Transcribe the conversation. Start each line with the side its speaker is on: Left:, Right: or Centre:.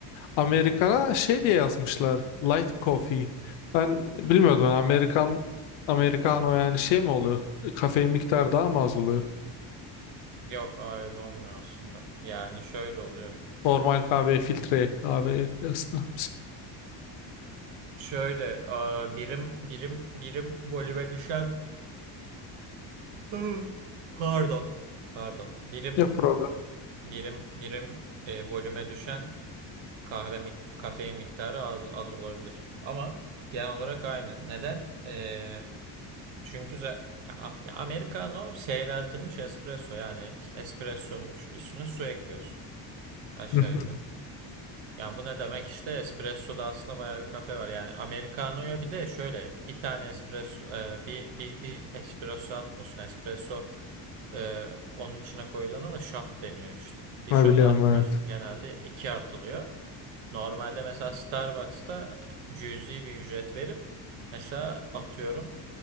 Left: Amerikana
Right: hı hı,
Left: şey diye yazmışlar light coffee ben bilmiyordum
Right: hı hı.
Left: yani Amerikan Americano yani şey mi oluyor kafein miktarı daha mı az oluyor
Right: Yok aa, öyle olmuyor aslında. Yani şöyle oluyor.
Left: normal kahveye filtre kahveye kıyasla
Right: Şöyle aa, birim birim birim volüme düşen <gasps> Hı, pardon pardon birim
Left: ne problem
Right: birim birim e, volüme düşen kahve mik- kafein miktarı az az olabilir. Ama genel olarak aynı. Neden? E, çünkü za- ya, a- ya Americano seyreltilmiş espresso yani espressonun üstüne su ekliyorsun aşağı
Left: <laughs>
Right: yukarı. Yani bu ne demek işte espressoda aslında bayağı bir kafe var. Yani Americano'ya bir de şöyle bir tane espresso e, bir, bir, bir espresso atmıyorsun. Espresso e, onun içine koyulana da shot deniyor işte. Bir
Left: ne
Right: shot
Left: biliyorum
Right: atmıyorsun.
Left: evet
Right: Genelde iki atılıyor. Normalde mesela Starbucks'ta e, cüzi bir ücret verip mesela atıyorum